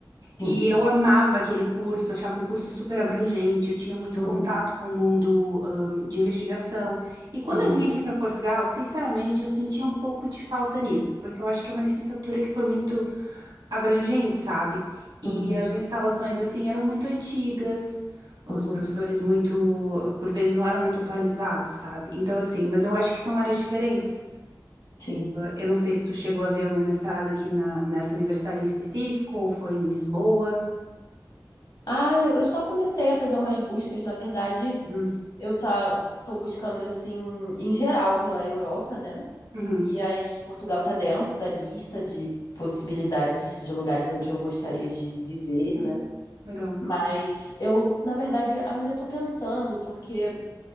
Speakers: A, on the left (about 65°); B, on the right (about 70°).
A: Sim.
B: E eu amava aquele curso, achava um curso super abrangente, eu tinha muito
A: Uhum.
B: contato com o mundo, ãh, de investigação. E quando
A: Uhum.
B: eu vim aqui para Portugal, sinceramente, eu senti um pouco de falta nisso, porque eu acho que é uma licenciatura que foi muito abrangente, sabe? E
A: Uhum.
B: as instalações, assim, eram muito antigas, os
A: Uhum.
B: professores muito, por vezes, não eram muito atualizados, sabe? Então, assim, mas eu acho que são áreas diferentes.
A: Sim.
B: Eu não sei se tu chegou a ver algum mestrado aqui na, nessa universidade em específico, ou foi em Lisboa.
A: Ah, eu só comecei a fazer umas buscas, na verdade,
B: Uhum,
A: eu tá tô buscando assim em geral pela Europa, né?
B: uhum,
A: E aí Portugal tá dentro da lista de possibilidades de lugares onde eu gostaria de viver,
B: uhum.
A: né?
B: Legal.
A: Mas eu, na verdade, ainda tô pensando, porque